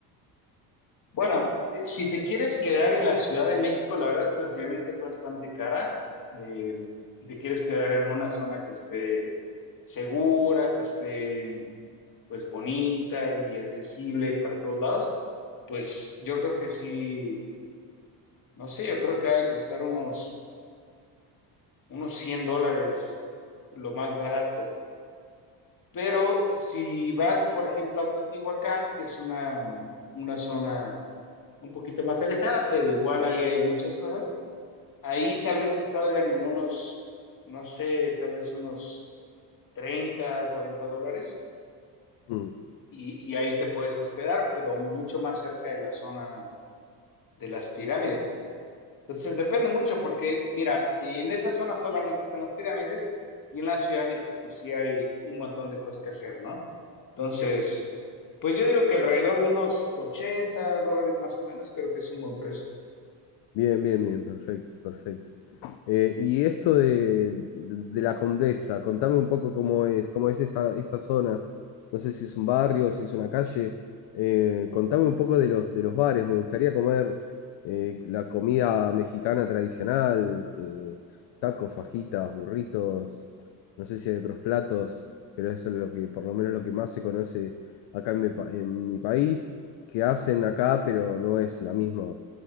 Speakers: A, on the left; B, on the left.
A: Bueno, eh, si te quieres quedar en la Ciudad de México, la verdad es que la Ciudad de México es bastante cara. eh, si te quieres quedar en una zona que esté segura, que esté pues bonita y accesible para todos lados, pues yo creo que sí, no sé, yo creo que ha de costar unos, unos 100 dólares lo más barato. Pero si vas, por ejemplo, a Teotihuacán, que es una, una zona un poquito más alejada, pero igual ahí hay muchas cosas, ahí tal vez te salgan en unos, no sé, tal vez unos 30 40 dólares.
B: Mm,
A: Y, y ahí te puedes hospedar, pero mucho más cerca de la zona de las pirámides. Entonces depende mucho porque, mira, en esa zona solamente están las pirámides y en la Ciudad de México pues sí hay un montón de cosas que hacer, ¿no? Entonces, pues yo digo que alrededor de unos 80 dólares más o menos creo que es un buen precio.
B: Bien, bien, bien, perfecto, perfecto. Eh, y esto de, de la Condesa, contame un poco cómo es, cómo es esta, esta zona. No sé si es un barrio, si es una calle. Eh, contame un poco de los, de los bares. Me gustaría comer eh, la comida mexicana tradicional, eh, tacos, fajitas, burritos. No sé si hay otros platos, pero eso es lo que, por lo menos lo que más se conoce acá en mi, pa- en mi país, que hacen acá, pero no es la misma,